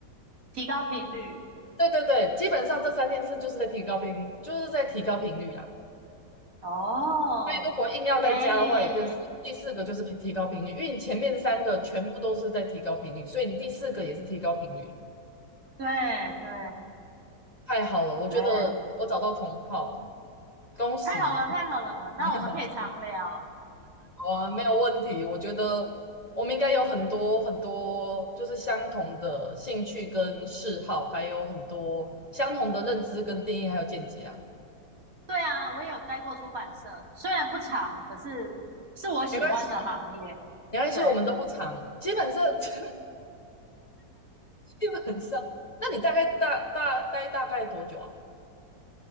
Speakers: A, on the right (about 50°); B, on the left (about 25°).
A: 提高频率
B: 对对对，基本上这三件事就是在提高频，就是在提高频率啊。
A: 哦，
B: 所以如果硬要再加的话，
A: 哎，
B: 也就是第四个就是提提高频率，因为你前面三个全部都是在提高频率，所以你第四个也是提高频率。
A: 对对。
B: 太好了，我觉得我找到同好了，
A: 对，
B: 恭喜！
A: 太好了，太好了，
B: <laughs> 没有。
A: 那我们可以常聊。
B: <laughs> 啊，没有问题。我觉得我们应该有很多很多，就是相同的兴趣跟嗜好，还有很多相同的认知跟定义，还有见解啊。
A: 对啊，我也有待过出版社，虽然不长，可是是我喜欢的行业。
B: 没关系，没关系，
A: 对，
B: 我们都不长，基本上 <laughs> 基本上。那你大概大大待大概多久啊？